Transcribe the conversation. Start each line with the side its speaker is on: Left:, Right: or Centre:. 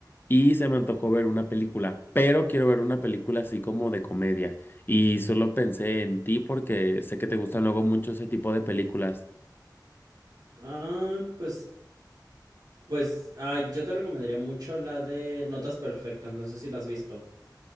Left: y se me antojó ver una película, pero quiero ver una película así como de comedia. Y solo pensé en ti porque sé que te gustan luego mucho ese tipo de películas.
Right: Ah, pues, pues, ah, yo te recomendaría mucho la de Notas Perfectas, no sé si la has visto.